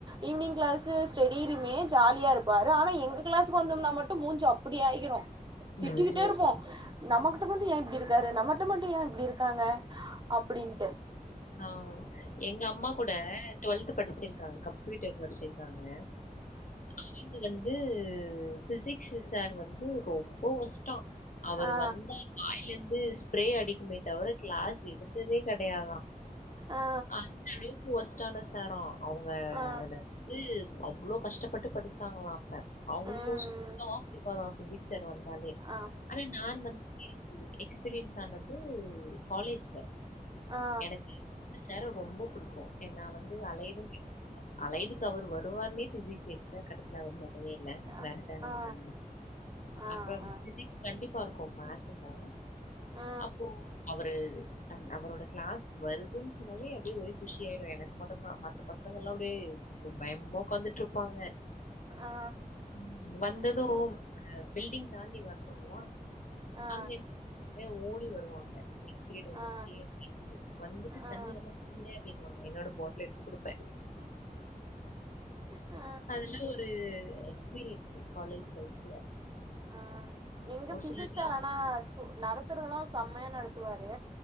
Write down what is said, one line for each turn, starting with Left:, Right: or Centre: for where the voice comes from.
Right: ஈவ்னிங் கிளாஸு ஸ்டெடிலியுமே மே ஜாலியா இருப்பாரு ஆனா எங்க கிளாஸுக்கு வந்தம்னா மட்டு மூஞ்சு அப்டி ஆகிரு திட்டிக்கிட்டே
Left: ஐயோ!
Right: இருப்போ நம்மகிட்ட வந்து ஏ இப்டி இருக் காரு நம்மட்ட மட்டு ஏ இப்டி இருக்காங்க அப்டின்ட்டு
Left: ஆவ் எங்க அம்மா கூட டுவெல்த்து படிச்சிருக்காங்க கம்ப்யூட்டர் படிச்சிருக்காங்க ஆ நயந்து வந் து ஃபிசிக்ஸு சாரு வந்து ரொம்ப வொஸ்ட்டா அவரு
Right: ஆ
Left: வந்தா வாயிலருந்து ஸ்ப்ரே அடிக்குமே தவர கிளாஸ் எடுத் ததே கெடையாதா
Right: ஆ ஆ
Left: அந்த அளவுக்கு ஒஸ்ட்டான சாரா அவுங்க
Right: ஆ
Left: அதுல வந்து அவ்ளோ கஷ்டப்பட்டு படிச்சாங்களா அ அவ்ங்களுக்கு
Right: ஆ ம்
Left: சுத்தமா புடிக்காதா ஃபிசிக்ஸ் சார் ட்டு வந்தாலே
Right: ஆ
Left: ஆனா நான் வந்துமே எக்ஸ்பீரியன்ஸ் ஆனது காலேஜ்ல
Right: ஆ ஆ
Left: எனக்கு சார ரொம்ப புடிக்கு எங் நா வந்து அலைடுன்னே அலைடுக்கு அவரு வருவார்ன்னே ஃபிசிக்ஸ் எடுத்தே கடசில அவரு வல் வே இல்ல
Right: ஆ
Left: வேற சார் வந்துட்டாங்க
Right: ஆ ஆ
Left: அப்றம்
Right: ஆ
Left: ஃபிசிக்ஸ் கண்டிப் பா இருக்கு மேத்துல
Right: ஆ
Left: அப்போ அவரு அன் அவரோட கிளாஸ் வருதுன் சொன்னாலே அப்டியே ஒரே குஷி ஆயிரு எனக்கு மட்டுந்தா மத்த பசங்கள்லா அப்டியே ம் பயமா ஒக்காந்துட்ருப்பாங்க
Right: ஆ
Left: ம் வந்தது அ
Right: ம்
Left: பில்டிங் தாண்டி வர்ணுங்ளா
Right: ஆ
Left: அங்கெங்க ஏ ஓடி வருவாங்க நெக்ஸ்ட் பிரீயட் வந்து
Right: ஆ
Left: சி எம் ட்டு வந்துட்டு
Right: ஆ
Left: தண்ணி இல்லாம இருவரூவாயா அப்டின்னு வாங்க என்னோட பாட்டில் எடுத்து குடுப்பே
Right: ஆ
Left: அதுலா ஒரு எக்ஸ்பீரியன்ஸு காலேஜ் லைஃப்ல
Right: ஆ எங்க
Left: ஒரு
Right: ஃபிசிக்ஸ்
Left: சிலர்லாம்
Right: சார் ஆனா சு நடத்துறதெல்லா செம்மையா நடத்துவாரு